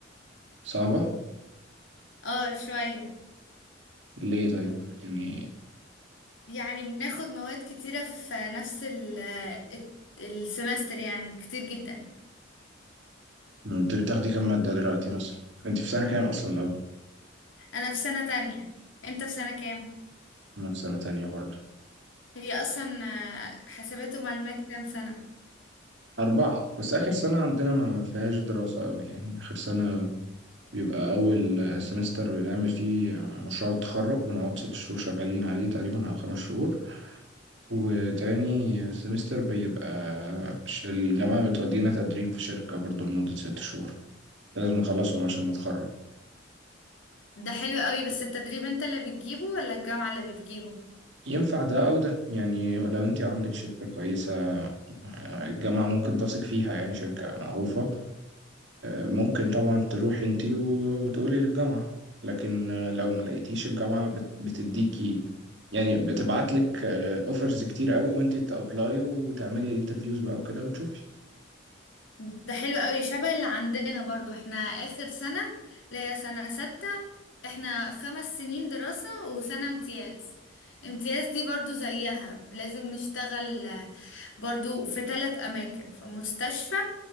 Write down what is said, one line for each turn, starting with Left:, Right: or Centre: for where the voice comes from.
Right: صعبة؟
Left: اه شوية
Right: ليه طيب؟ يعني
Left: يعني بناخد مواد كتيرة في نفس ال السمستر يعني كتير جدا
Right: مم. انت بتاخدي كام مادة دلوقتي مثلا انت في سنة كام اصلا الاول
Left: أنا في سنة تانية أنت في سنة كام؟
Right: انا في سنة تانية برضه
Left: هي أصلا آه، حاسبات ومعلومات كام سنة؟
Right: أربعة بس آخر سنة عندنا ما فيهاش دراسة أوي يعني آخر سنة بيبقى أول سمستر بنعمل فيه مشروع التخرج بنقعد ست شهور شغالين عليه تقريبا أو خمس شهور وتاني سمستر بيبقى ش- الجامعة بتودينا تدريب في شركة برضه لمدة ست شهور لازم نخلصهم عشان نتخرج
Left: ده حلو قوي بس التدريب أنت اللي بتجيبه ولا الجامعة اللي بتجيبه؟
Right: ينفع ده أو ده يعني لو أنت عندك شركة كويسة آه، الجامعة ممكن تثق فيها يعني شركة معروفة ممكن طبعا تروحي انتي و- وتقولي للجامعة لكن آه، لو ما لقيتيش الجامعة بت- بتديكي يعني بتبعت لك اوفرز كتير قوي وانتي تابلاي وتعملي انترفيوز بقى وكده وتشوفي
Left: ده حلو قوي شبه اللي عندنا برضو احنا آخر سنة اللي هي سنة ستة احنا خمس سنين دراسة وسنة امتياز امتياز دي برضو زيها لازم نشتغل آه، برضو في ثلاث أماكن في مستشفى